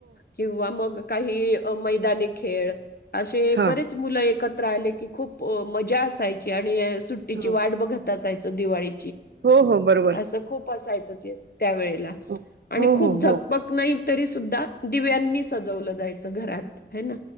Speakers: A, on the left (about 55°); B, on the right (about 70°).
A: किंवा मग काही मैदानी खेळ असे
B: हा
A: बरेच मुलं एकत एकत्र आले की खूप मजा असायची आणि सुट्टीची
B: हो
A: वाट बघत असा दिवाळी
B: हो हो बरोब
A: असं खूप असायचं ते त्या वेळेला
B: हो
A: आणि
B: हो
A: खूप
B: हो हो
A: झगपक नाही तरी सुद्धा दिव्यांनी सजवलं जायचं घरात हाय ना.